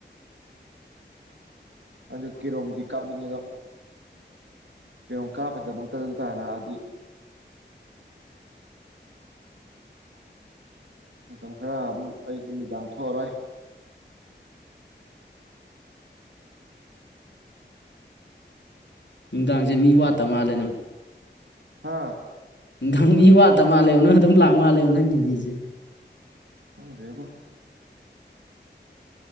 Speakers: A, on the right; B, on the left.
A: ꯑꯗꯨ ꯀꯦꯔꯣꯝꯗꯤ ꯀꯥꯞꯅꯤꯡꯉꯦꯗꯣ ꯀꯦꯔꯣꯝ ꯀꯥꯞꯄꯗꯃꯛꯇ ꯑꯗꯨ ꯇꯥꯟꯅ ꯂꯥꯛꯑꯗꯤ ꯃꯇꯝ ꯈꯔ ꯑꯃꯨꯛ ꯑꯌꯨꯛ ꯅꯨꯃꯤꯗꯥꯡ ꯊꯣꯛꯑꯔꯣꯏ
B: ꯅꯨꯡꯗꯥꯡꯁꯦ ꯃꯤ ꯋꯥꯠꯇ ꯃꯥꯜꯂꯦꯅ
A: ꯍꯥꯥ
B: ꯗꯪ ꯃꯤ ꯋꯥꯠꯇ ꯃꯥꯜꯂꯦ ꯅꯪ ꯑꯗꯨꯝ ꯂꯥꯛ ꯃꯥꯜꯂꯦ ꯅꯪꯒꯤꯕꯤꯁꯦ
A: ꯈꯪꯗꯦꯕ